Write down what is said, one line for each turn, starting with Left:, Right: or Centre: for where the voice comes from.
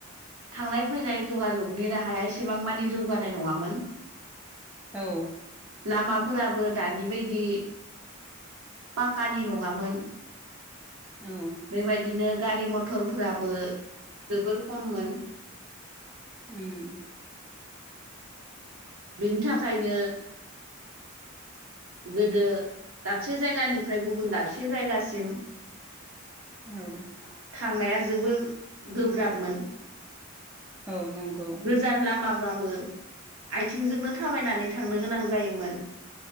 Right: थांलाय फैनाय जगाजगनि राहाया एसेबां मानि जौगानाय नङामोन
Centre: औ
Right: लामाफोराबो दानि बायदि पाकानि नङामोन
Centre: औ
Right: बेबायदिनो गारि मथरफ्राबो जोबोर खममोन
Centre: ओम
Right: बिनि थाखायनो गोदो दाबसे जायगानिफ्राय गुबुन दाबसे जायगासिम <inaudible>
Centre: औ
Right: थांनाया जोबोर गोब्राबमोन
Centre: औ नंगौ
Right: गोजान लामाबाबो आयथिंजोंनो थाबायनानै थांनो गोनां जायोमोन